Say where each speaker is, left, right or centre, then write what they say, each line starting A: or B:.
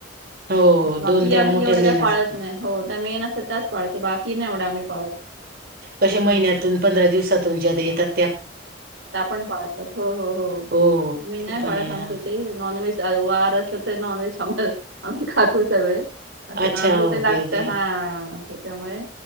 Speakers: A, on the right; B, on the right.
A: हो
B: बाकी
A: दोन त्या
B: आम्ही
A: मोठ्या
B: एवढे
A: मेन
B: काय पाळत
A: असत
B: नाही हो त्या मेन असत त्याच पाळत बाकी नाही एवढं आम्ही पाळत
A: कश
B: हम्म
A: महिन्यातून पंधरा दिवसातून ज्या येतात
B: आपण पाळत हो हो हो
A: हो
B: आ नाही
A: ते पण
B: पाळत
A: आहे
B: आमच्या
A: हा
B: इथे नॉन व्हेज वार असलं तर नॉनव्हेज आ आम्ही खातो सगळे असं
A: अच्छा
B: का आमच
A: ओके
B: तर लागत
A: ओके
B: हा त्याच्यामुळे